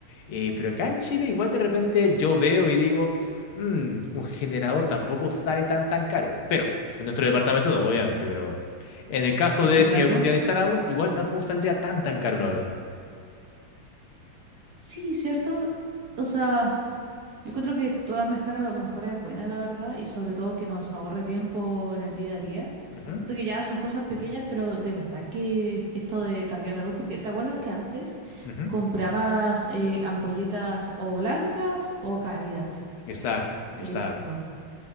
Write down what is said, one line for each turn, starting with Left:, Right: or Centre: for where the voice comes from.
Left: Eh, pero acá en Chile igual de repente yo veo y digo, "Mm, un generador tampoco sale tan tan caro. Pero en nuestro departamento no, obviamente, pero en el caso de
Right: Exacto.
Left: si algún día lo instalamos, igual tampoco saldría tan tan caro, la verdad.
Right: Sí, cierto. O sea, yo encuentro que toda mejora, mejora es buena, la verdad, y sobre todo que nos ahorre tiempo en el día a día.
Left: Ujú,
Right: Porque ya son cosas pequeñas, pero de verdad que esto de cambiar la luz, porque ¿te acuerdas que antes
Left: ujú.
Right: comprabas eh, ampolletas o blancas o cálidas?
Left: Exacto, exacto.
Right: Listo.